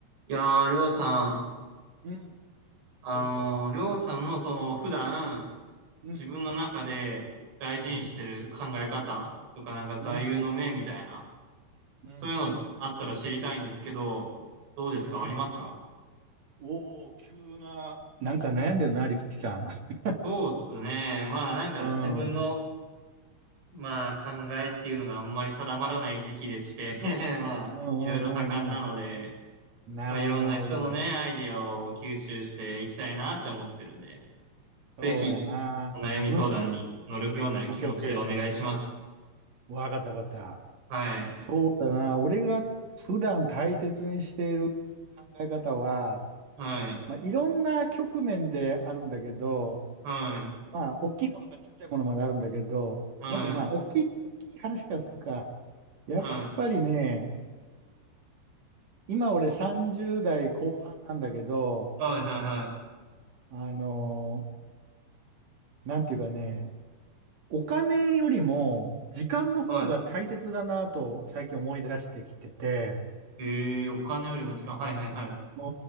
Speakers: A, on the right; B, on the right.
A: いやー、りょうさん、
B: うん。
A: あ
B: どうした
A: のー、りょうさんのその普段
B: うん。
A: 自分の中で大事にしてる考え方とかなんか座右の銘みたいな、
B: うん。うん。うん。
A: そういうのあったら知りたいんですけど、どうですかありますか
B: うん。おお、急な。なんか悩んでるな、力さん。
A: そうっすね。まあなんか自分の、
B: <laughs> うん。うん
A: まあ考えっていうのがあんまり定まらない時期でして、<laughs> まあいろいろ多感なので、
B: うんうんうん。なるほど、
A: まあいろんな人のね、
B: なるほど。
A: アイディアを吸収していきたいなって思ってるんで、ぜひ
B: そうやな。
A: お悩み相談に乗るような気持ちでお願いします。
B: うんうん。オッケーオッケー。わかったわかった。
A: はい。
B: そうだな。俺が普段大切にしている考え方は、
A: はい。
B: まあ、いろんな局面であるんだけど、
A: はい。
B: まあ、大きいものかちっちゃいものまであるんだけど、
A: はい。
B: まずまあ、大きい、大きい話からすっか。やっぱりね、
A: はい。
B: 今俺30代後半なんだけど、
A: はい。はい。はい。
B: あのーなんていうかね、お金よりも時間の方が大切だなと最近思い出してきてて、
A: はい。ええー、お金よりも時間。はいはいはい。
B: う